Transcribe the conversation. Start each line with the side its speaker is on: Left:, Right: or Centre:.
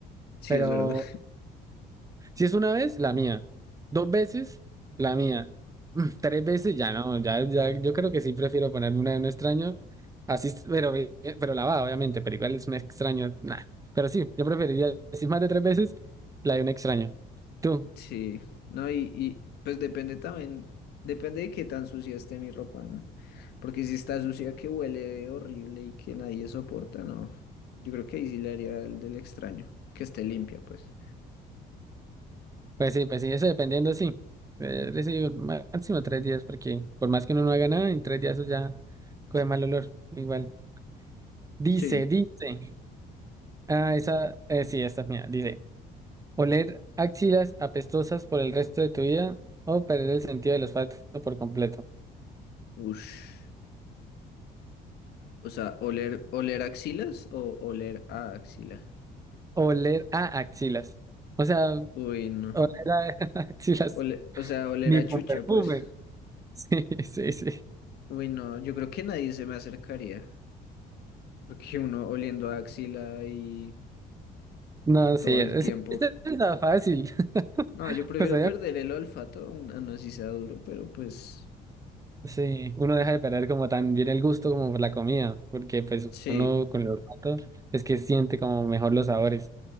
Left: sí,
Right: Pero
Left: es verdad.
Right: si es una vez, la mía. Dos veces, la mía. Mm, Tres veces, ya no, ya, ya, yo creo que sí prefiero ponerme una de un extraño. Así, es- pero, eh, pero lavada, obviamente, pero igual es un extraño, nah. Pero sí, yo preferiría, si más de tres veces, la de un extraño. Tú,
Left: Sí, no, y, y, pues depende también, depende de qué tan sucia esté mi ropa, ¿no? Porque si está sucia que huele horrible y que nadie soporta, no. Yo creo que ahí sí le haría el del extraño, que esté limpia, pues.
Right: pues sí, pues sí, eso dependiendo, sí. Eh, les digo, máximo tres días, porque por más que uno no haga nada, en tres días eso ya coge mal olor, igual. Dice,
Left: Sí,
Right: dice. Ah, esa, eh, sí, esta es mía, dice. Oler axilas apestosas por el resto de tu vida o perder el sentido del olfato por completo.
Left: ush. O sea, oler, oler axilas o oler a axila.
Right: Oler a axilas. O sea,
Left: Uy, no.
Right: oler a <laughs> axilas
Left: Ole- o sea, oler
Right: ni
Left: a
Right: por
Left: chucha,
Right: perfume.
Left: pues.
Right: <laughs> Sí, sí, sí.
Left: Uy, no, yo creo que nadie se me acercaría. Porque uno oliendo a axila y
Right: No, sí,
Left: todo el
Right: es,
Left: tiempo.
Right: esta está fácil. <laughs>
Left: No, yo prefiero
Right: Pues obvio,
Left: perder el olfato a un- no así sea duro, pero pues
Right: sí, uno deja de perder como también el gusto como por la comida, porque pues
Left: sí,
Right: uno con el olfato es que siente como mejor los sabores.